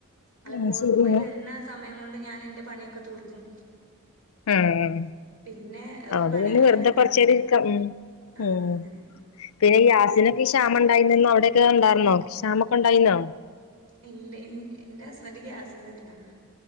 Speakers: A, on the right; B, on the left.
A: അല്ല
B: ഉം
A: പോ
B: ശരിയാണ്
A: പോയ് വെര്ണെ സമയം കൊണ്ട് ഞാന് ഇന്റെ പണ്യൊക്കെ തീർക്കും
B: ഉം
A: പിന്നേ ഒരു
B: അതോണ്ട്
A: പണി
B: പിന്നെ
A: അങ്ങെനെണ്ടാവുല്ല
B: വെറുതെ കൊറച്ചേരം ഇരിക്കാം ഉം
A: ആഹ്
B: ഉം
A: അങ്ങെനെ
B: പിന്നെ ഗ്യാസിനൊക്കെ ക്ഷാമണ്ടായ്നന്ന് അവിടെയെക്കെ ണ്ടാറ്ന്നോ ക്ഷാമാെക്കെണ്ടായ്ന്നോ
A: ഇല്ല ൻ ന്റെ ഹസ്ബെന്റ് ഗ്യാസ്ന്റെതിലാ